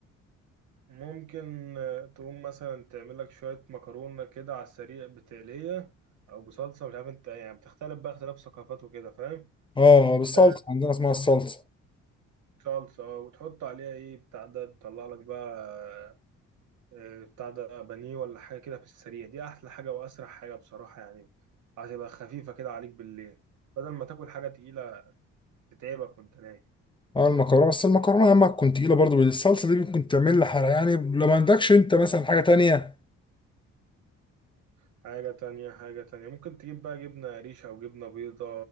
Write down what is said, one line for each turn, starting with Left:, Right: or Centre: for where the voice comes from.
Right: ممكن آه، تقوم مثلا تعمل لك شويه مكرونه كده على السريع بتقليه او بصلصه مش عارف انت يعني بتختلف بقى اختلاف ثقافات وكده فاهم
Left: اه بالصلصه
Right: آه،
Left: عندنا اسمها الصلصه
Right: صلصه اه وتحط عليها ايه بتاع ده تطلع لك بقى آه، بتاع ده بانيه ولا حاجه كده في السريع دي احلى حاجه واسرع حاجه بصراحه يعني هتبقى خفيفه كده عليك بالليل بدل ما تاكل حاجه تقيله تتعبك وانت نايم
Left: اه المكرونه بس المكرونه يا اما تكون تقيله برضه الصلصه دي ممكن تعمل لي حرق يعني لو ما عندكش انت مثلا حاجه تانية
Right: حاجة تانية حاجة تانية ممكن تجيب بقى جبنة قريش أو جبنة بيضة